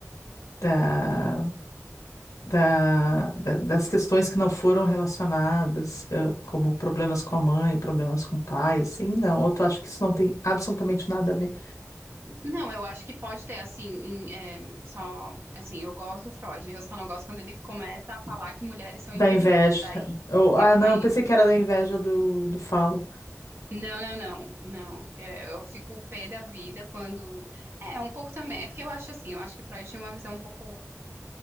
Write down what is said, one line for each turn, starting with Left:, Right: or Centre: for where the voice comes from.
Left: da, da- da- das questões que não foram relacionadas, eh, como problemas com a mãe, problemas com o pai, assim, não. Ou tu acha que isso não tem absolutamente nada a ver?
Right: não, eu acho que pode ter, assim, em, é, só, assim, eu gosto do Freud, eu só não gosto quando ele começa a falar que mulheres são
Left: Da
Right: inferiores,
Left: inveja.
Right: aí,
Left: Ou, ah,
Right: eu,
Left: não,
Right: aí
Left: eu pensei que era da inveja do, do falo.
Right: Não, não, não, não. É, Eu fico pé da vida quando. É, um pouco também. É porque eu acho assim, eu acho que Freud tinha uma visão um pouco,